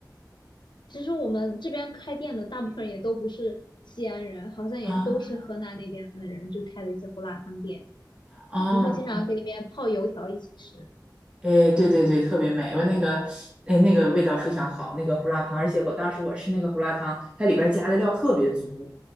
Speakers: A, on the left (about 85°); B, on the right (about 15°).
A: 其实我们这边开店的大部分也都不是西安人，好像也都是河南那边的人，
B: 啊
A: 就开的一些胡辣汤店。
B: 啊
A: 我们会经常给里面泡油条一起吃。
B: 哎，对对对，特别美，我那个，哎，那个味道非常好，那个胡辣汤，而且我当时我吃那个胡辣汤，它里边儿加的料特别足，